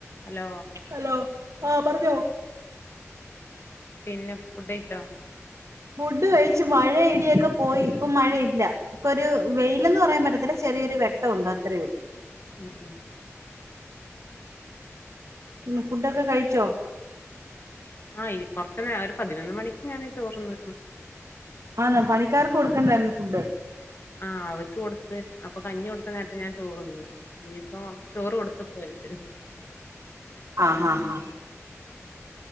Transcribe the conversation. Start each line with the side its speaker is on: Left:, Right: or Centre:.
Left: Hello
Right: hello ആഹ് പറഞ്ഞോ.
Left: പിന്നെ ഫുഡ് കഴിച്ചോ
Right: ഫുഡ് കഴിച്ച് മഴയിടിയൊക്കെ പോയി ഇപ്പൊ മഴയില്ല ഇപ്പൊ ഒരു വെയിലന്ന് പറയാൻ പറ്റത്തില്ല ചെറിയൊരു വെട്ടം ഉണ്ട് അത്രേ ഉള്ളൂ.
Left: ഉം ഉം.
Right: പിന്നെ ഫുഡൊക്കെ കഴിച്ചോ
Left: ആഹ് കൊറച്ച നേ ഒരു പതിനൊന്ന് മണിക്ക് ഞാന് ചോറ്ന്നക്കണ്
Right: ആഹ് പണിക്കാർക്ക് കൊടുക്കണ്ടായിരുന്നു. ഫുഡ്
Left: ആഹ് അവർക്ക് കൊടുത്ത് അപ്പൊ കഞ്ഞി കൊടുത്ത നേരത്ത് ഞാൻ ചോറ്ന്ന് ഇനിപ്പോ ചോറ് കൊടുത്തപ്പോ അവർക്ക്
Right: ആഹ് ഹാ ഹാ.